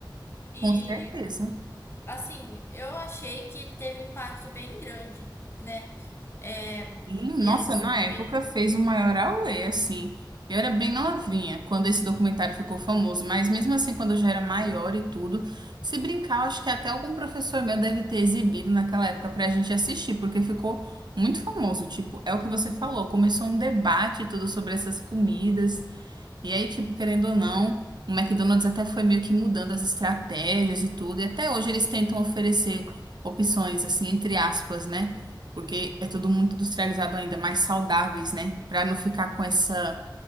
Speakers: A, on the left; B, on the right.
A: E,
B: Com certeza.
A: assim, eu achei que teve um impacto bem grande, né? É,
B: E,
A: e
B: nossa,
A: assim
B: na
A: também,
B: época fez o maior auê, assim. Eu era bem novinha quando esse documentário ficou famoso, mas mesmo assim, quando eu já era maior e tudo, se brincar, eu acho que até algum professor meu deve ter exibido naquela época pra gente assistir, porque ficou muito famoso. Tipo, é o que você falou, começou um debate e tudo sobre essas comidas. E aí, tipo, querendo ou não, o McDonald's até foi meio que mudando as estratégias e tudo, e até hoje eles tentam oferecer opções, assim, entre aspas, né? Porque é tudo muito industrializado ainda, mais saudáveis, né? Pra não ficar com essa,